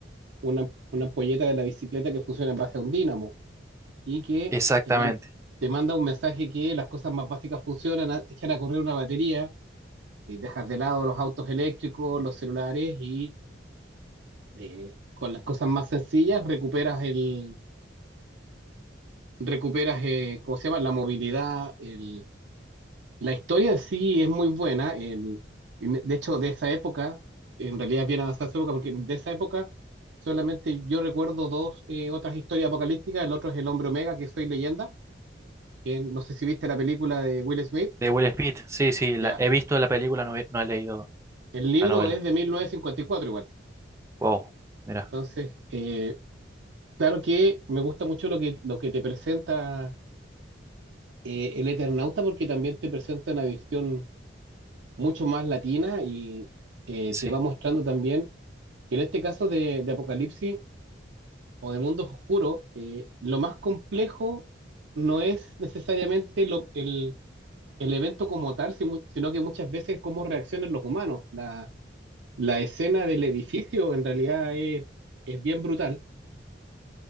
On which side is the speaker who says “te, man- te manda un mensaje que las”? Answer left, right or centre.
Right